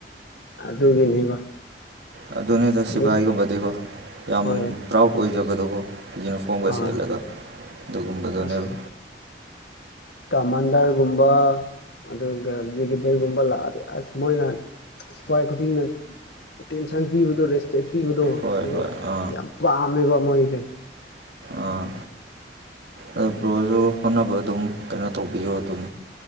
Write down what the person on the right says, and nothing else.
ꯑꯗꯨꯅꯦ ꯇ ꯁꯤꯚꯥꯏꯒꯨꯝꯕꯗꯤꯀꯣ
ꯌꯥꯝ
ꯄ꯭ꯔꯥꯎꯠ ꯑꯣꯏꯖꯕꯗꯣꯀꯣ ꯌꯨꯅꯤꯐꯣꯔꯝꯒ
ꯁꯠꯂꯒ ꯑꯗꯨꯒꯨꯝꯕꯗꯨꯅꯦꯕ
ꯍꯣꯏ
ꯍꯣꯏ ꯑꯥ
ꯑꯥ ꯑꯗ ꯕ꯭ꯔꯣꯁꯨ ꯍꯣꯠꯅꯕ ꯑꯗꯨꯝ ꯀꯩꯅꯣ ꯇꯧꯕꯤꯌꯣ ꯑꯗꯨꯝ